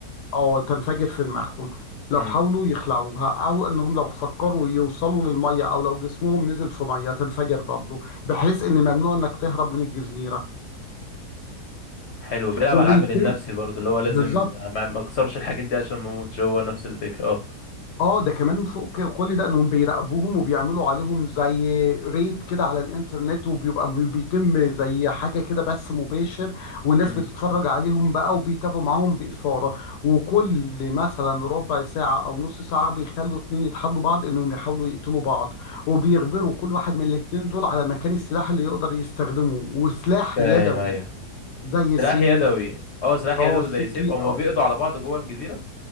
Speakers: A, on the left; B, on the left.
A: اه تنفجر في دماغهم لو
B: امم
A: حاولوا يخلعوها او انهم لو فكروا يوصلوا للميه او لو جسمهم نزل في ميه تنفجر برضه بحيث ان ممنوع انك تهرب من الجزيره
B: حلو بيلعب
A: وبيتم
B: على العامل النفسي برضو اللي هو لازم
A: بالظبط
B: ما ما اكسرش الحاجات دي عشان ما اموتش هو نفس الفكره اه
A: اه ده كمان فوق ك- كل ده انهم بيراقبوهم وبيعملوا عليهم زي ريت كده على الانترنت وبيبقى بي- بيتم زي حاجه كده بث مباشر والناس
B: امم
A: بتتفرج عليهم بقى وبيتابعوا معاهم باثاره وكل مثلا ربع ساعه او نص ساعه بيخلوا اتنين يتحدوا بعض انهم يحاولوا يقتلوا بعض وبيخبروا كل واحد من الاتنين دول على مكان السلاح اللي يقدر يستخدمه وسلاح
B: فاهم
A: يدوي
B: ايوه
A: زي
B: سلاح
A: سيف
B: يدوي اه سلاح يدوي
A: اه سكين
B: زي سيف او ما بيقضوا على بعض جوه الجزيره